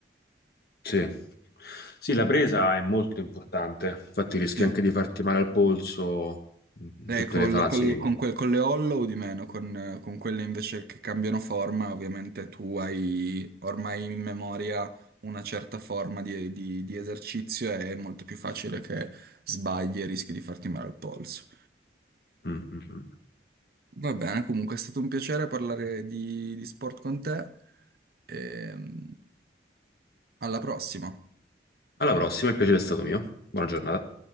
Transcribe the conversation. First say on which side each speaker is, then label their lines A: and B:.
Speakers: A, on the left (about 55°); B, on the right (about 55°).
A: sì. Sì, la presa è molto importante, infatti rischi
B: Sì.
A: anche di farti male al polso in in
B: Eh,
A: tutte
B: col-
A: le fasi.
B: col- con, que- con le hollow di meno, con, eh, con quelle invece che cambiano forma, ovviamente tu hai ormai in memoria una certa forma di, di di esercizio e è molto più facile che sbagli e rischi di farti male al polso.
A: Mm, mm, mm.
B: Va bene, comunque è stato un piacere parlare di, di sport con te. E, mm, alla prossima.
A: Alla prossima, il piacere è stato mio. Buona giornata.